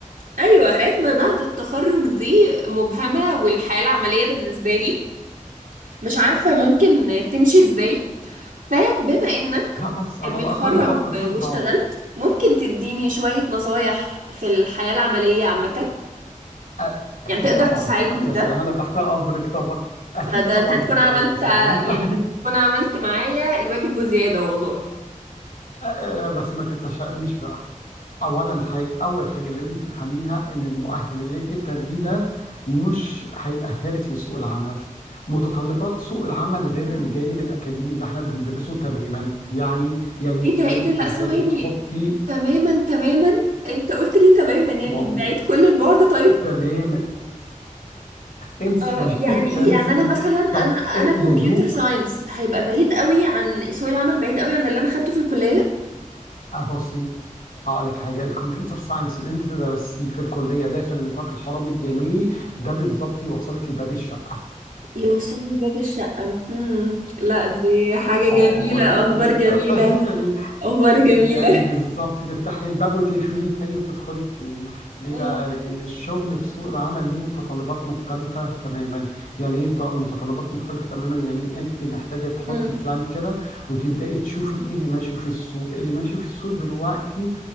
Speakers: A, on the right (about 85°); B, on the left (about 90°).
A: ايوه حياة ما بعد التخرج دي مبهمة والحياة العملية بالنسبة لي مش عارفة ممكن تمشي ازاي فبما انك
B: لا بس على
A: متخرج
B: الاقل خطط لها
A: واشتغلت ممكن تديني شوية نصايح في الحياة العملية عامة
B: أ- اكيد
A: يعني تقدر
B: طبعا
A: تساعدني
B: لا يا
A: في ده
B: سلام انا تحت امرك طبعا اكيد
A: فده
B: طبعا
A: انت هتكون عملت
B: ده يا سلام
A: ع- يعني
B: <laughs>
A: تكون عملت معايا الواجب وزيادة والله
B: أ- بس ما تتشائميش بقى اولا حاجة اول حاجه لازم تفهميها ان المؤهل اللي انت بتاخديه ده مش هيأهلك لسوق العمل متطلبات سوق العمل غير
A: مم.
B: الجانب الاكاديمي اللي احنا بندرسه تماما يعني يعني
A: ايه
B: انت
A: ده
B: لازم
A: ايه ده
B: تبداي
A: لا ثواني
B: تحطي
A: تماما تماما انت قلت لي تماما يعني
B: واو
A: بعيد كل البعد طيب
B: تمام انسي
A: اه
B: <laughs>
A: يعني ايه
B: انسي
A: يعني انا مثلا انا
B: طو-
A: انا كمبيوتر
B: يا دوب
A: ساينس هيبقى بعيد قوي عن سوق العمل بعيد قوي عن اللي انا خدته في الكلية
B: ابصي هقول لك حاجه الكمبيوتر ساينس اللي انت درستيه في الكليه داخل نطاق الحرم الجامعي ده بالظبط يوصلك لباب الشقه
A: يوصلني لباب الشقة مم. لا دي حاجة
B: اه
A: جميلة
B: يعني
A: اخبار
B: <laughs>
A: جميلة
B: يعني
A: اخبار جميلة
B: يعني بالظبط تفتحي الباب وتقفليه تاني وتدخلي تنامي ليه
A: مم.
B: بقى لان الشغل في سوق العمل ليه متطلبات مختلفه تماما يعني ايه ط- متطلبات مختلفه تماما يعني انت محتاجه تحطي
A: مم.
B: بلان كده وتبداي تشوفي ايه اللي ماشي في السوق اللي ماشي في السوق دلوقتي